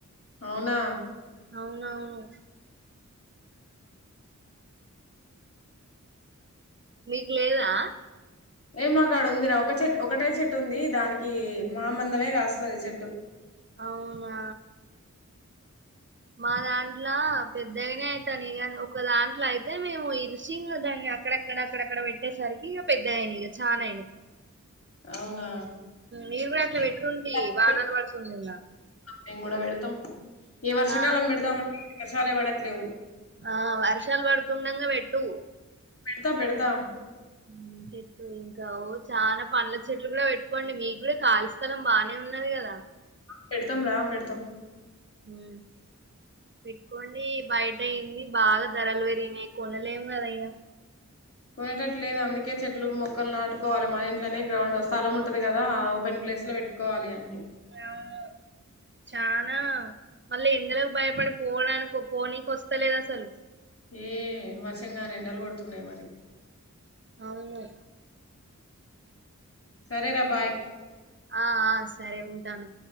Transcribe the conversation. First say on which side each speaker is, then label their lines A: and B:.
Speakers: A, on the left; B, on the right.
A: అవునా
B: అవునవును మీక్లేదా
A: ఏ మాకు ఆడ ఉందిరా ఒక చెట్ట్ ఒకటే చెట్టుంది, దానికి మామందమే కాస్తది చెట్టు.
B: అవునా మా దాంట్లో పెద్దగనే అయితంది ఇక ఒక దాంట్లో అయితే మేము ఇరిసి దాన్ని అక్కడ అక్కడక్కడ అక్కడ పెట్టేసరికి ఇగ పెద్దగయినయ్ ఇగ చానా అయినయ్.
A: అవునా
B: మీరు కూడా అట్లా
A: <unintelligible>
B: పెట్టుండి వానలు పడుతుండగా
A: మేము గూడ పెడతాం ఈ వర్షాకాలం
B: ఆ
A: బెడదామంటే వర్షాలే పడట్లేవు
B: ఆ వర్షాలు బడుతుండంగా పెట్టు
A: పెడత బెడతా
B: ఉమ్ పెట్టు ఇంకా ఓ చాన పండ్ల చెట్లు కూడా వెట్టుకోండి మీకు కూడా కాళీ స్థలం బాగ్నే ఉన్నది గదా
A: పెడతాంరా పెడతం
B: మ్ పెట్టుకోండీ బయట ఇన్ని బాగ ధరలు పెరిగినయ్ కొనలేము గద ఇగ
A: కొనేటట్టులేదు అందుకే చెట్లు మొక్కలు నాటుకోవలే మన ఇంట్లోనే గ్రౌండ్ స్థలం ఉంటది కదా ఆ ఓపెన్ ప్లేస్ల వెట్ కోవాలి అన్ని
B: అవును చానా మళ్ళీ ఎండలకు భయపడి పోడానికి పోనీకస్తలేదసలు
A: మ్ ఏ వశంగాని ఎండలు గొడుతున్నాయ్ మరి
B: అవును
A: సరేరా బాయ్
B: ఆ ఆ సరే ఉంటాను